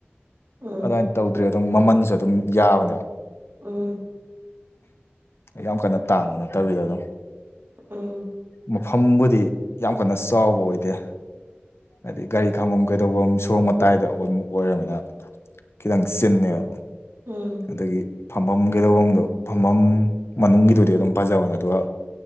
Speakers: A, on the right; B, on the left.
A: ꯎꯝ
B: ꯑꯗꯨꯃꯥꯏꯅ ꯇꯧꯗ꯭ꯔꯦ ꯑꯗꯨꯝ ꯃꯃꯟꯁꯨ ꯑꯗꯨꯝ ꯌꯥꯕꯅꯦꯕ
A: ꯎꯝ
B: ꯌꯥꯝ ꯀꯟꯅ ꯇꯥꯡꯕ ꯅꯠꯇꯕꯤꯗ ꯑꯗꯨꯝ
A: ꯎꯝ
B: ꯃꯐꯝꯕꯨꯗꯤ ꯌꯥꯝ ꯀꯟꯅ ꯆꯥꯎꯕ ꯑꯣꯏꯗꯦ ꯍꯥꯏꯗꯤ ꯒꯥꯔꯤ ꯈꯥꯝꯕꯝ ꯀꯩꯗꯧꯕꯐꯝ ꯁꯣꯔꯣꯛ ꯃꯇꯥꯏꯗ ꯑꯗꯨꯝ ꯑꯣꯏꯔꯕꯃꯤꯅ ꯈꯤꯇꯪ ꯆꯤꯟꯅꯦꯕ
A: ꯎꯝ
B: ꯑꯗꯒꯤ ꯐꯝꯐꯝꯒꯤ ꯂꯧꯑꯣꯡꯗꯣ ꯐꯝꯐꯝ ꯃꯅꯨꯡꯒꯤꯗꯨꯗꯤ ꯑꯗꯨꯝ ꯐꯖꯕꯅꯦ ꯑꯗꯨꯒ